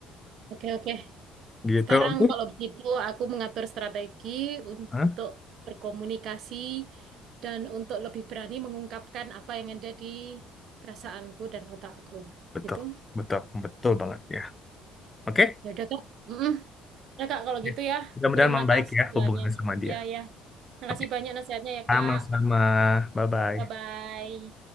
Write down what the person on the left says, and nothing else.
<laughs> gitu.
Oke.
Hah?
Betul,
betul, betul banget ya. Oke?
Ya,
Mudah-mudahan
membaik
ya hubungannya
sama dia.
Oke,
sama-sama.
Bye-bye.